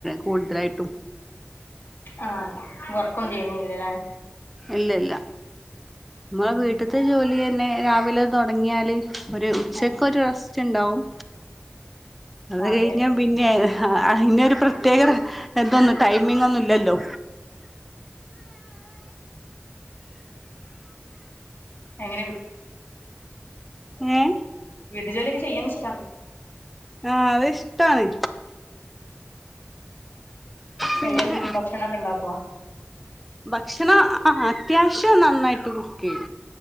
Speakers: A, in the centre; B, on the left.
A: കൂടുതലായിട്ടും.
B: ആഹ് വർക്കൊന്നും ചെയ്യുനില്ലലെ?
A: ഇല്ല ഇല്ല നമ്മളെ വീട്ട്ത്തെ ജോലിയന്നെ രാവിലെ തുടങ്ങിയാല് ഒരു ഉച്ചക്കൊ
B: ആഹ്
A: ഒരു റസ്റ്റ് ണ്ടാവും. അത്
B: അതെ
A: കഴിഞ്ഞ പിന്നെ ആയിലെ അയിനൊരു പ്രത്യേക ഇതൊന്നും ടൈമിങ് ഒന്നുംല്ലല്ലോ.
B: എങ്ങനെ
A: ഏഹ്
B: വീട്ട് ജോലിയൊക്കെ ചെയ്യാനിഷ്ടാണ്.
A: ആഹ് അത് ഇഷ്ടാണ് പിന്നെ
B: എല്ലേ ഭക്ഷണൊക്കെ ഉണ്ടാക്കോ?
A: ഭക്ഷണം അത്യാവശ്യം നന്നായിട്ട് കുക്ക് യ്യും